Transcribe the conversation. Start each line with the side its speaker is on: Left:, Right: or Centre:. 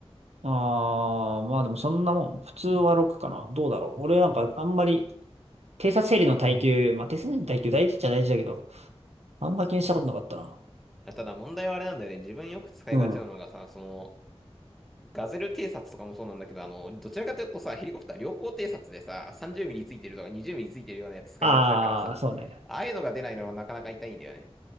Right: あー、まあでもそんなもん。普通は6かな。どうだろう。俺なんかあんまり、偵察整理の耐久、
Centre: あ、でも、
Right: まあ偵察整理の耐久大事っちゃ大事だけど、あんま気にしたことなかったな。
Centre: ただ問題はあれなんだよね。自分よく使いがちなのがさ、
Right: うん。
Centre: その、ガゼル偵察とかもそうなんだけど、あの、どちらかというとさ、ヘリコプター良好偵察でさ、30ミリついてるとか20ミリついてるようなやつ使いがちだからさ、
Right: あー、そうね。
Centre: ああいうのが出ないのはなかなか痛いんだよね。